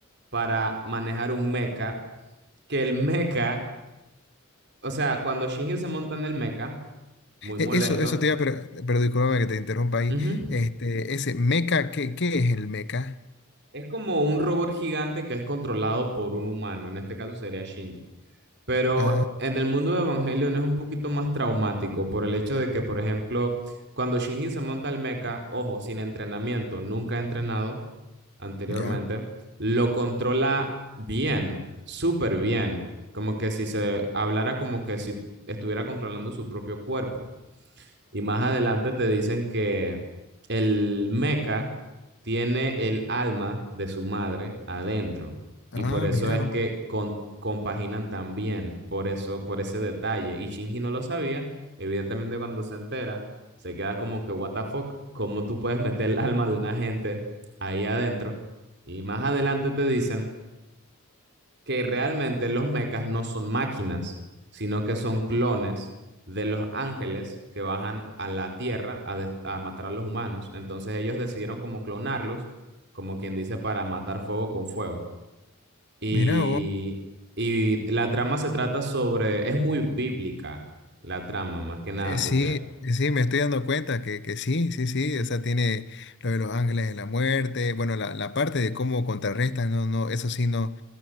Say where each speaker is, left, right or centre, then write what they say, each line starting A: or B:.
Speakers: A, on the right; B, on the left.
A: para manejar un mecha, que el mecha, o sea, cuando Shinji se monta en el mecha, muy molesto,
B: E- Eso, eso te iba a, pre- pero discúlpame que te interrumpa ahí.
A: ujú,
B: Este, ese meca, ¿qué, qué es el meca?
A: es como un robot gigante que es controlado por un humano, en este caso sería Shinji. Pero
B: Ah,
A: en el mundo de Evangelion es un poquito más traumático por el hecho de que, por ejemplo, cuando Shinji se monta al mecha, ojo, sin entrenamiento, nunca ha entrenado anteriormente,
B: ya.
A: lo controla bien, súper bien, como que si se hablara como que si estuviera controlando su propio cuerpo. Y más adelante te dicen que el meca tiene el alma de su madre adentro. Y
B: Ah,
A: por eso
B: mira
A: es
B: vos.
A: que con- compaginan tan bien por eso, por ese detalle. Y Shinji no lo sabía. Evidentemente, cuando se entera, se queda como que, what the fuck, ¿cómo tú puedes meter el alma de una gente ahí adentro? Y más adelante te dicen que realmente los mechas no son máquinas, sino que son clones de los ángeles que bajan a la tierra a, des- a matar a los humanos. Entonces ellos decidieron como clonarlos, como quien dice, para matar fuego con fuego. Y,
B: Mira vos.
A: y la trama se trata sobre, es muy bíblica la trama, más que nada,
B: Eh, Sí,
A: porque
B: sí, me estoy dando cuenta que, que sí, sí, sí,
A: Mm.
B: o sea, tiene lo de los ángeles de la muerte, bueno, la, la parte de cómo contrarrestan, no, no, eso sí, no,